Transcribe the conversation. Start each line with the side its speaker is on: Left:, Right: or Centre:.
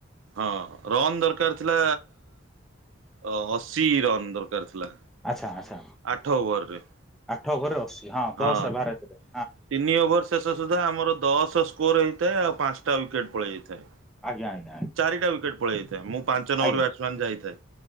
Right: ହଁ ରନ୍ ଦରକାର ଥିଲା ଆ ଅସ୍ ସି ରନ୍ ଦରକାର ଥିଲା
Centre: ଆଚ୍ଛା ଆଚ୍ଛା
Right: ଆଠ ଓଭରରେ।
Centre: ଆଠ ଘରେ ଅଶୀ ଦଶ
Right: ହଁ
Centre: ଭାରତରେ
Right: ତିନି
Centre: ହଁ।
Right: ଓଭର ଶେଷ ସୁଦ୍ଧା ଆମର ଦଶ ଛ ସ୍କୋର ହେଇଥାଏ ଆଉ ପାଂଶଟା ୱିକେଟ୍ ପଳେଇ ଯାଇଥାଏ।
Centre: ଆଜ୍ଞା ଆଜ୍ଞା।
Right: ଚାରିଟା ୱିକେଟ୍ ପଳେଇ ମୁଁ ପାଞ୍ଚ ନମ୍ବର
Centre: ଆଜ୍ଞା
Right: ବ୍ୟାଟ୍ସମ୍ୟାନ୍ ଯାଇଥାଏ।